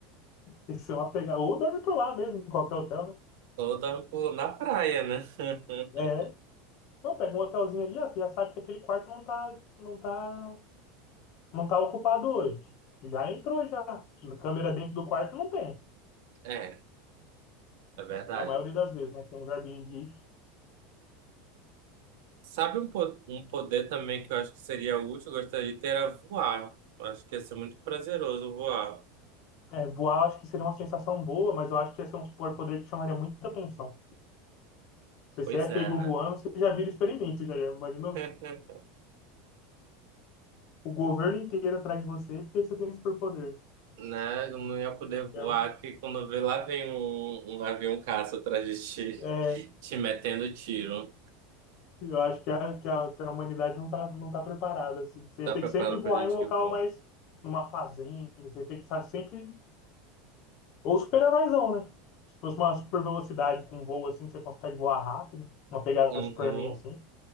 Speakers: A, on the left; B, on the right.
A: Isso é uma pegada. Ou dorme por lá mesmo, em qualquer hotel, né?
B: Ou dar um pulo na praia, né? <laughs>
A: É. Então, pega um hotelzinho ali, ó. Você já sabe que aquele quarto não tá, não tá, não tá ocupado hoje. Já entrou já. Câmera dentro do quarto não tem.
B: É, é verdade.
A: Na maioria das vezes, né? Tem uns Airbnb.
B: Sabe um, po- um poder também que eu acho que seria útil, eu gostaria de ter, era voar. Eu Acho que ia ser muito prazeroso voar.
A: É, voar, acho que seria uma sensação boa, mas eu acho que ia ser um superpoder que chamaria muita atenção. Se
B: Pois
A: você é
B: é,
A: pego
B: né?
A: voando, você já vira experimento, já, já imaginou?
B: <laughs>
A: O governo inteiro atrás de você porque você tem superpoder.
B: Né? Eu não ia poder voar
A: Então,
B: que quando vê lá vem um, um avião caça atrás de
A: é,
B: ti, <laughs> te metendo tiro.
A: eu acho que a, que a, que a humanidade não tá, não tá preparada, assim. Você
B: Tá
A: ia ter
B: preparado
A: que sempre voar
B: pra gente
A: em um local
B: que voa?
A: mais... Numa fazenda, você ia ter que estar sempre... Ou super-heróizão, né? Se fosse uma super velocidade com um voo, assim, que você consegue voar rápido, uma pegada
B: Uhum.
A: Superman, assim,